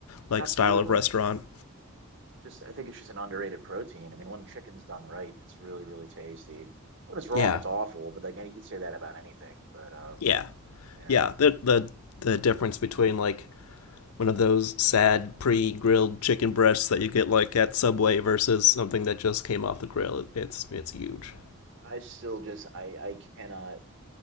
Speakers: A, on the left (about 85°); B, on the right (about 55°).
A: like
B: Absolutely.
A: style of restaurant.
B: Just, I think it's just an underrated protein. I mean, when chicken's done right, it's really, really tasty. When it's wrong,
A: Yeah.
B: it's awful. But like, you could say that about anything. But um,
A: Yeah.
B: you know,
A: Yeah, the the the difference between like one of those sad pre-grilled chicken breasts that you get like at Subway versus something that just came off the grill. it's it's huge.
B: I still just, I, I cannot